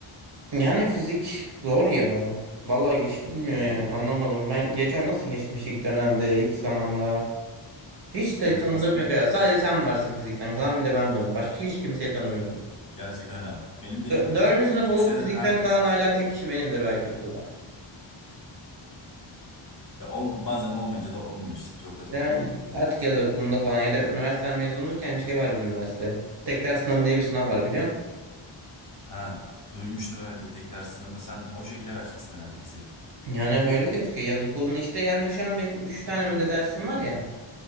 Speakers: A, on the right; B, on the left.
A: Yani fizik zor ya. Vallahi geçilmiyor
B: Evet,
A: yani. Anlamadım. Ben geçen nasıl geçmiş ilk dönemde, ilk zamanda. Hiç de
B: evet
A: tanıdığım
B: aslında
A: yok ya. Sadece sen varsın fizikten kalan bir de ben varım. Başka hiç kimseyi tanımıyorum.
B: gerçekten öyle. Benim de
A: Dö-
B: ilk
A: Dördüncü sınıf
B: ilk
A: olup
B: seneden
A: fizikten
B: herkes
A: kalan hala tek kişi benimdir belki okulda.
B: ya ol- bazen olmayınca da olmuyor işte. Çok da zorlamak
A: Yani
B: gerekiyor.
A: artık yaz okulunda falan ya da üniversiteden mezun olurken bir şey var bizim üniversitede. Tek ders sınavı diye bir sınav var biliyorsun.
B: Ha, duymuştum evet o tek ders sınavı. Sen o şekilde vereceksin herhalde fiziği.
A: Yani öyle gözüküyor yaz okulun işte yani şu an benim üç tane mi de dersim var ya.